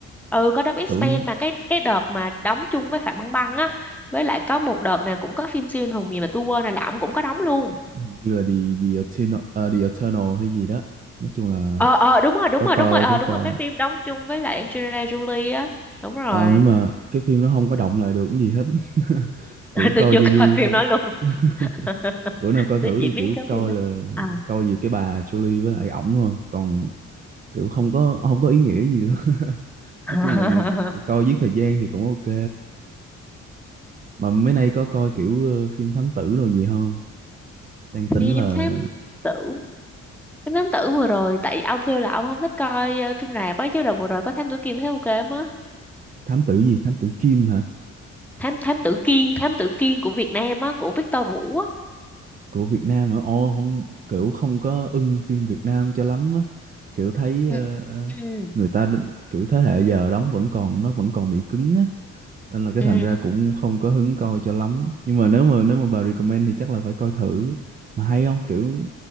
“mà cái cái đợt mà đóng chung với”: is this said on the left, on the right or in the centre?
Centre